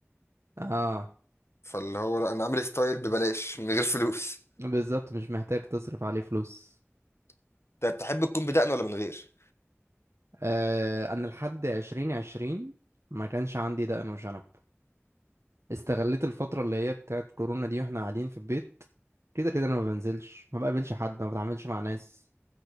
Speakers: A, on the right (about 65°); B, on the left (about 60°).
A: اه
B: فاللي هو لا، انا عامل ستايل ببلاش من غير فلوس
A: بالظبط مش محتاج تصرف عليه فلوس
B: <laughs> انت بتحب تكون بدقن ولا من غير
A: آه انا لحد عشرين عشرين ما كانش عندي دقن وشنب استغليت الفترة اللي هي بتاعت كورونا دي واحنا قاعدين في البيت كده كده انا ما بنزلش ما بقابلش حد ما بتعاملش مع ناس